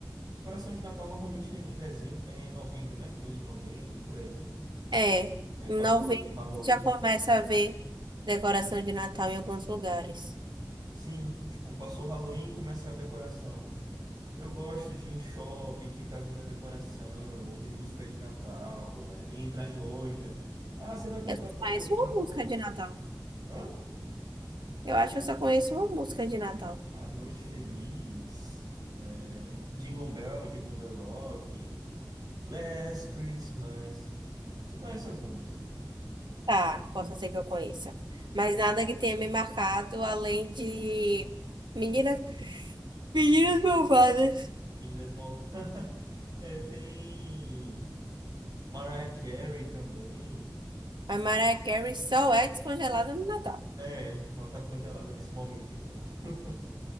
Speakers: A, on the right; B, on the right.
A: Coração de Natal normalmente é em dezembro, é em novembro, né? Começo de novembro, por aí.
B: É,
A: É,
B: em
A: passou
B: novembro
A: o Halloween.
B: a gente já começa a ver decoração de Natal em alguns lugares.
A: Sim, tipo, passou o Halloween, começa a decoração. Eu gosto de ir em shopping, ficar vendo a decoração, ouvir música de Natal, é, entrar em loja. Ah, você vai comprar
B: Eu só
A: alguma
B: conheço
A: coisa da
B: uma
A: loja?
B: música de Natal.
A: Hã?
B: Eu acho que eu só conheço uma música de Natal.
A: A Noite Feliz, é, Jingle Bell, Jingle Bell Rock, Last Christmas. Você conhece algumas?
B: Tá, possa ser que eu conheça. Mas nada que tenha me marcado além de Meninas, Meninas Malvadas.
A: Meninas Mal... <laughs> É, tem Mariah Carey também.
B: A Mariah Carey só é descongelada no Natal.
A: É, ela tá congelada nesse momento, então. <laughs>